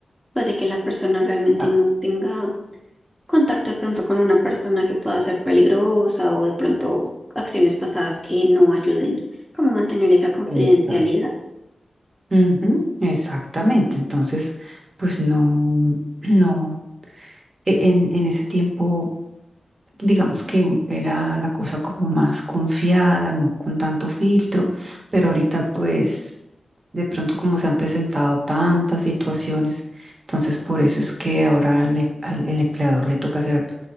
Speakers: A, in the centre; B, on the right.
A: pues de que la persona realmente
B: Ah,
A: no tenga contacto de pronto con una persona que pueda ser peligrosa o de pronto acciones pasadas que no ayuden, como mantener esa confidencialidad.
B: esa. Ujú, Exactamente, entonces, pues no, no, e- en, en ese tiempo, digamos que u- era la cosa como más confiada, no con tanto filtro, pero ahorita pues... De pronto, como se han presentado tantas situaciones, entonces por eso es que ahora al, em- al- el empleador le toca hacer